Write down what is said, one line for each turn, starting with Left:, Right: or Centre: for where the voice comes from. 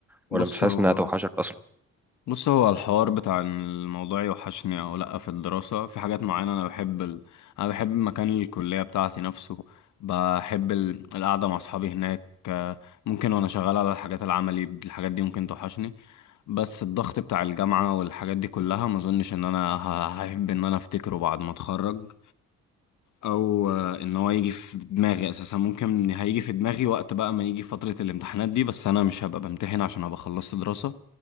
Left: بص
Centre: ولا مش حاسس
Left: هو
Centre: انها توحشك اصلا
Left: بص هو الحوار بتاع إن الموضوع يوحشني او لا في الدراسة في حاجات معينة انا بحب ال... انا بحب مكان الكلية بتاعتي نفسه بحب ال... القعدة مع اصحابي هناك آه، ممكن وانا شغال على الحاجات العملي الحاجات دي ممكن توحشني بس الضغط بتاع الجامعة والحاجات دي كلها ما اظنش ان انا ه- هحب ان انا افتكره بعد ما اتخرج او آه، ان هو يجي في دماغي اساسا ممكن هيجي في دماغي وقت بقى ما يجي فترة الامتحانات دي بس انا مش هبقى بمتحن عشان هبقى خلصت دراسة